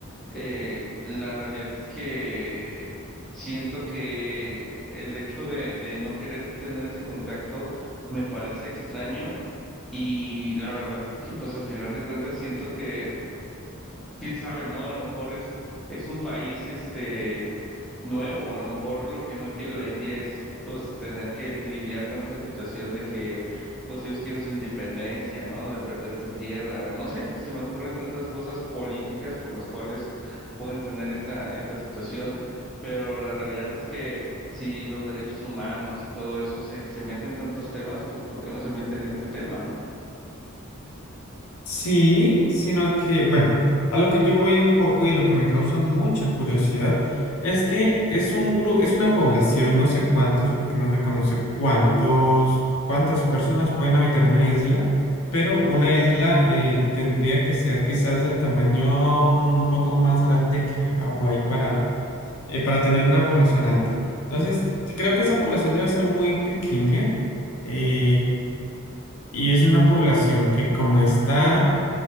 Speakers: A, in the centre; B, on the left.
A: eh, la realidad es que eh, siento que el hecho de, de no querer tener ese contacto me parece extraño y la verdad es que pues a final de cuentas siento que, quién sabe, ¿no? A lo mejor es, es un país, este nuevo. A lo mejor lo que no quiere la India es pues tener que lidiar con esa situación de que pues ellos quieren su independencia, ¿no? De perder esa tierra. No sé, se me ocurren tantas cosas políticas por las cuales pueden tener esta, esta situación, pero la realidad es que si los derechos humanos y todo eso se, se meten en tantos temas, pues ¿por qué no se mete en este tema, ¿no?
B: Sí, sino que, bueno, a lo que yo voy un poco y lo que me causa mucha curiosidad es que es un gru- es una población, no sé cuántos, porque no se conoce cuántos, cuántas personas pueden habitar una isla, pero una isla eh, tendría que ser quizás del tamaño mm, un poco más grande que Hawái para, eh, para tener una población alta. Entonces, creo que esa población debe ser muy pequeña eh, y es una población que como está